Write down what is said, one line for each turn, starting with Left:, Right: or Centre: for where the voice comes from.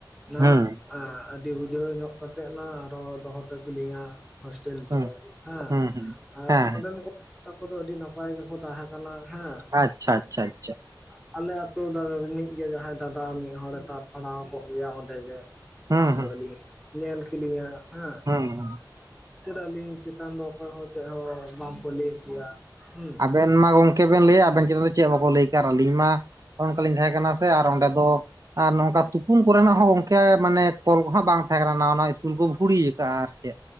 Centre: ᱱᱟ
Right: ᱦᱩᱸ
Centre: ᱮᱸ ᱟᱹᱰᱤ ᱵᱩᱡᱷᱟᱹᱣ ᱧᱚᱜ ᱠᱟᱛᱮᱫ ᱱᱟ ᱟᱨᱚ ᱫᱚᱦᱚ ᱦᱚᱴᱚ ᱠᱤᱞᱤᱧᱟ᱾ ᱦᱳᱥᱴᱮᱞ
Right: ᱦᱩᱸ
Centre: ᱛᱮ ᱦᱮᱸ
Right: ᱦᱩᱸ ᱦᱩᱸ
Centre: ᱟᱨ
Right: ᱦᱮᱸ
Centre: ᱚᱸᱰᱮᱱ ᱠᱚ ᱛᱟᱠᱚ ᱫᱚ ᱟᱹᱰᱤ ᱱᱟᱯᱟᱭ ᱜᱮᱠᱚ ᱛᱟᱦᱮᱸ ᱠᱟᱱᱟ ᱦᱮᱸ
Right: ᱟᱪᱪᱷᱟ ᱟᱪᱪᱷᱟ ᱟᱪᱪᱷᱟ
Centre: ᱟᱨ ᱟᱞᱮ ᱟᱹᱛᱩ ᱨᱤᱱᱤᱡ ᱜᱮ ᱡᱟᱦᱟᱸᱭ ᱫᱟᱫᱟ᱾ ᱢᱤᱫ ᱦᱚᱲᱮᱸ ᱛᱟᱵ ᱯᱟᱲᱟᱣ ᱠᱚᱜ ᱜᱮᱭᱟ ᱚᱸᱰᱮ ᱜᱮ᱾
Right: ᱦᱩᱸ
Centre: ᱡᱟᱦᱟᱸ
Right: ᱦᱩᱸ
Centre: ᱫᱚ ᱟᱹᱞᱤᱧ ᱧᱮᱞ ᱠᱤᱞᱤᱧᱼᱟ᱾ ᱦᱮᱸ
Right: ᱦᱩᱸ ᱦᱩ ᱸ
Centre: ᱟᱹᱞᱤᱧ ᱪᱮᱛᱟᱱ ᱫᱚᱸ ᱚᱠᱚᱭ ᱦᱚᱸ ᱪᱮᱫ ᱦᱚᱸ ᱵᱟᱝᱠᱚ ᱞᱟᱹᱭ ᱠᱮᱭᱟ᱾ ᱦᱮᱸ
Right: ᱟᱵᱮᱱ ᱢᱟ ᱜᱚᱝᱠᱮ ᱵᱮᱱ ᱞᱟᱹᱭᱼᱟ ᱾ ᱟᱵᱮᱱ ᱪᱮᱛᱟᱱ ᱫᱚ ᱪᱮᱫ ᱵᱟᱠᱚ ᱞᱟᱹᱭ ᱠᱮ ᱟᱹᱞᱤᱧ ᱢᱟ᱾ ᱚᱱᱠᱟ ᱞᱤᱧ ᱛᱟᱦᱮᱸ ᱠᱟᱱᱟ ᱥᱮ, ᱟᱨ ᱚᱸᱰᱮ ᱫᱚᱸ ᱟᱨ ᱱᱚᱝᱠᱟ ᱛᱩᱯᱩᱱ ᱠᱚᱨᱮᱱᱟᱜ ᱦᱚᱸ, ᱜᱚᱝᱠᱮ ᱢᱟᱱᱮ ᱠᱚᱞ ᱠᱚᱼᱦᱚᱸ ᱵᱟᱝ <unintelligible> ᱱᱟᱣᱟ ᱤᱥᱠᱩᱞ ᱠᱚ ᱵᱷᱩᱲᱤ ᱣᱟᱠᱟᱜᱼᱟ᱾ ᱟᱨ ᱪᱮᱫ